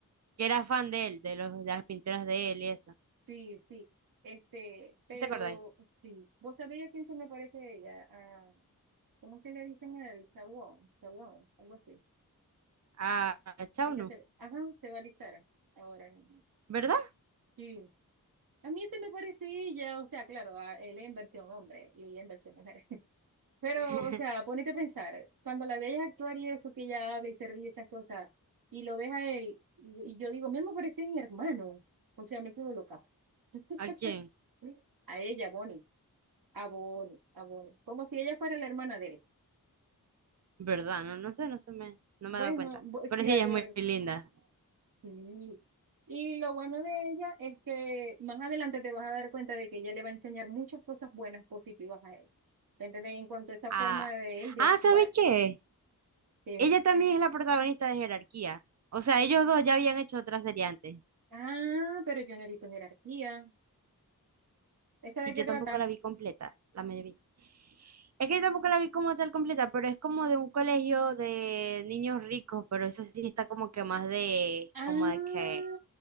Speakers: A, on the right; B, on the right.
A: que era fan de él, de los, de las pinturas de él y eso.
B: Sí, sí. Este,
A: ¿Sí
B: pero
A: te acordáis?
B: sí. ¿Vos sabéis a quién se me parece ella? A, ¿cómo que le dicen a él? Sawón, Sawón, algo así.
A: A, a Chauno,
B: El que se, ajá, se va a alistar ahora. en-
A: ¿verdad?
B: Sí. A mí se me parece ella, o sea, claro, a él en versión hombre y ella en versión mujer. <laughs> Pero,
A: <laughs>
B: o sea, ponete a pensar, cuando la veías actuar y eso que ella habla y se ríe y esas cosas, y lo ves a él, y, y yo digo, mismo parecía mi hermano. O sea, me quedo loca. <laughs>
A: ¿A quién?
B: A ella, Bonnie. abone abone como si ella fuera la hermana de él.
A: ¿Verdad? No, no sé, no se me, no
B: Bueno,
A: me he dado cuenta.
B: bo-
A: Pero
B: fíjate,
A: sí, ella es muy linda.
B: sí. Y lo bueno de ella es que más adelante te vas a dar cuenta de que ella le va a enseñar muchas cosas buenas, positivas a él. ¿Me entiendes? En cuanto a esa
A: Ah,
B: forma de él de
A: ah,
B: actuar.
A: ¿sabes qué?
B: que,
A: Ella también es la protagonista de Jerarquía. O sea, ellos dos ya habían hecho otra serie antes.
B: ah, pero yo no he visto jerarquía. ¿Esa
A: Sí,
B: de qué
A: yo
B: trata?
A: tampoco la vi completa, la medio vi. Es que yo tampoco la vi como tal completa, pero es como de un colegio de niños ricos, pero esa sí está como que más de,
B: Ah,
A: como de que,